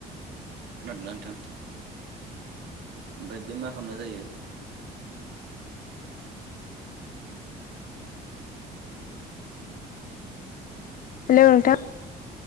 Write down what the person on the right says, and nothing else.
खोनादोंनाा नोंथां। ओमफ्राय बे मा खालामना जायो।